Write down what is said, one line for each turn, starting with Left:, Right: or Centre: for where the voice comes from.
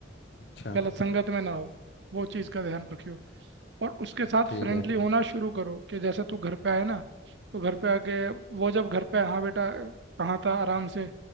Left: अच्छा
Right: गलत संगत में ना हो वो चीज़ का ध्यान रखियो और उसके साथ
Left: ठीक
Right: फ्रेंडली
Left: है
Right: होना शुरू करो कि जैसे तू घर पे आए ना तो घर पे आके वो जब घर पे हाँ बेटा कहाँ था आराम से